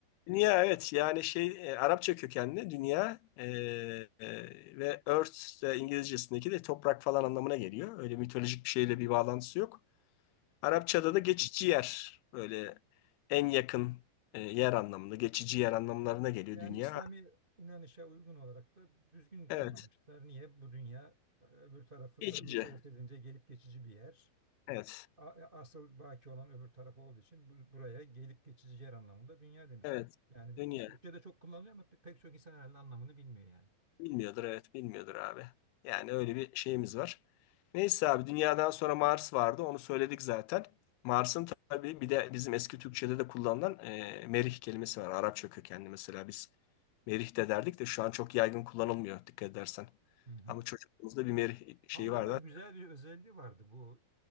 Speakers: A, on the left; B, on the right.
A: Dünya evet yani şey e, Arapça kökenli dünya e, e, ve Earth de İngilizcesindeki de toprak falan anlamına geliyor. Öyle mitolojik bir şeyle bir bağlantısı yok. Arapçada da geçici yer böyle en yakın e, yer anlamında geçici yer anlamlarına geliyor
B: Yani
A: dünya.
B: İslami inanışa uygun olarak da düzgün kullanmışlar.
A: Evet
B: Niye? Bu dünya e, öbür tarafla
A: geçici
B: mukayese edince gelip geçici bir yer.
A: evet
B: A- e, Asıl baki olan öbür taraf olduğu için bu- buraya gelip geçici yer anlamında dünya demişler.
A: evet
B: Yani
A: dünya.
B: Türkçe'de çok kullanılıyor ama pe- pek çok insan herhalde anlamını bilmiyor yani.
A: Bilmiyordur evet bilmiyordur abi. Yani öyle bir şeyimiz var. Neyse abi dünyadan sonra Mars vardı onu söyledik zaten. Mars'ın tabii bir de bizim eski Türkçe'de de kullanılan e, merih kelimesi var. Arapça kökenli mesela biz merih de derdik de şu an çok yaygın kullanılmıyor dikkat edersen.
B: Hı hı.
A: Ama çocukluğumuzda bir merih şeyi
B: Ama
A: var
B: burada
A: da.
B: güzel bir özelliği vardı bu